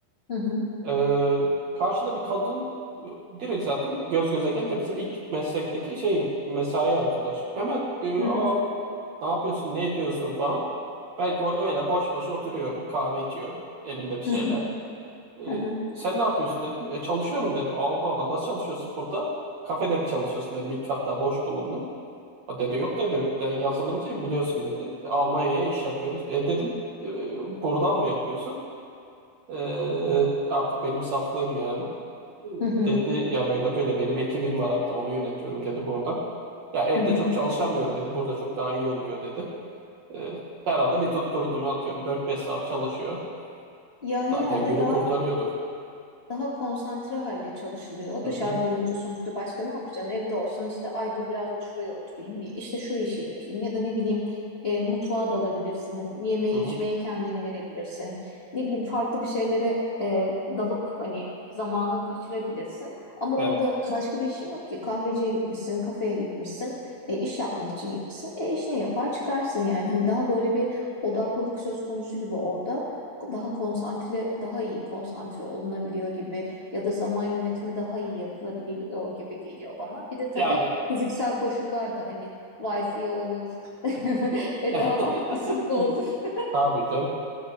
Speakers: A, on the left (about 45°); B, on the right (about 65°).
A: Hı hı.
B: Ee, karşıda bir kadın e, direkt zaten göz göze gelince bizim ilk meslekteki şeyim mesai arkadaşım. Hemen e, "Aa,
A: Hı hı.
B: ne yapıyorsun ne ediyorsun falan. Ben go- öyle boş boş oturuyorum kahve içiyorum elimde bir şeyler.
A: Hı hı.
B: Ee,
A: Hı hı.
B: sen ne yapıyorsun dedim. E, çalışıyorum dedi. Allah Allah nasıl çalışıyorsun burada? Kafede mi çalışıyorsun dedim. İlk hatta boş bulundum. O dedi yok dedi ben yazılımcıyım biliyorsun dedi. Almanya'ya iş yapıyoruz. E dedim "E, buradan mı yapıyorsun? Ee, artık benim saflığım yani.
A: Hı hı.
B: Ee, Dedi ya böyle böyle benim ekibim var hatta onu yönetiyorum dedi burada. Ya evde
A: Hı hı.
B: çok çalışamıyorum dedi. Burada çok daha iyi oluyor dedi. Ee, herhalde bir tutturdum atıyorum dört beş saat çalışıyor.
A: Ya herhalde
B: Zaten günü
A: daha
B: kurtarıyordur.
A: daha konsantre halde çalışılıyor.
B: Hı
A: Dışarıda
B: hı,
A: olunca sonuçta başka ne yapacaksın? Evde olsan işte ay dur biraz da şuraya oturayım, işte şu işi yapayım ya da ne bileyim e, mutfağa dalabilirsin, yemeğe
B: hı hı.
A: içmeye kendini verebilirsin. Ne bileyim farklı bir şeylere e, dalıp hani zamanı kaçırabilirsin. Ama
B: Evet.
A: orada başka bir işin yok ki. Kahveciye gitmişsin, kafeye gitmişsin, e, iş yapmak için gitmişsin. E işini yapar çıkarsın yani. Hani daha böyle bir odaklılık söz konusu gibi orada daha konsantre, daha iyi konsantre olunabiliyor gibi ya da zaman yönetimi daha iyi yapılabiliyor gibi geliyor bana. Bir de tabii
B: Yani
A: fiziksel koşullar da hani wifi olur, <laughs> bedava
B: <laughs>
A: ısınma olur. <laughs>
B: tabii canım.